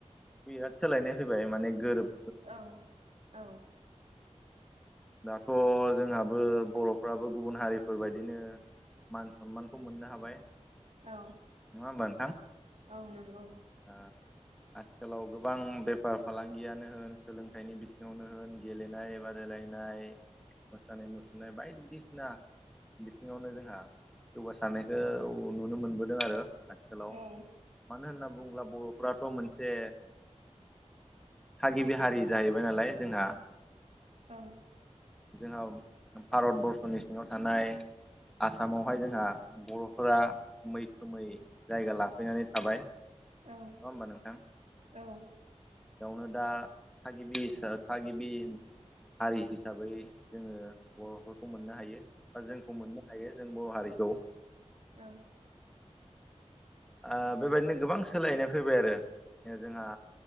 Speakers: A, in the centre; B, on the right.
A: बिराद सोलायनाय फैबाय माने गोरोब
B: औ औ।
A: दाथ' जोंहाबो बर'फ्राबो गुबुन हारिफोरबायदिनो मान सनमानखौ मोननो हाबाय।
B: औ
A: नङा होमबा नोंथां?
B: औ नंगौ
A: आ आथिखालाव गोबां बेफार फालांगियानो होन सोलोंथाइनि बिथिङावनो होन गेलेनाय बादायलाय नाय मोसानाय मुसुरनाय बायदिसिना बिथिङावनो जोंहा जौगासारनायखौ नुनो मोनबोदों आरो आथि खालाव
B: औ
A: मानो होनना बुङोब्ला बर'फोराथ' मोनसे थागिबि हारि जाहैबाय नालाय जोंहा।
B: औ।
A: जोंहा भारतबर्षनि सिङाव थानाय आसामावहाय जोंहा बर'फोरा मैखोमै जायगा लाफैनानै थाबाय।
B: औ।
A: नङा होमबा नोंथां?
B: औ।
A: बेयावनो दा थागिबि हिसाब थागिबि हारि हिसाबै जोङो बर'फोरखौ मोननो हायो। बा जोंखौ मोननो हायो जों बर' हारिखौ।
B: औ।
A: आ बेबायदिनो गोबां सोलायनाय फैबाय आरो। दा जोंहा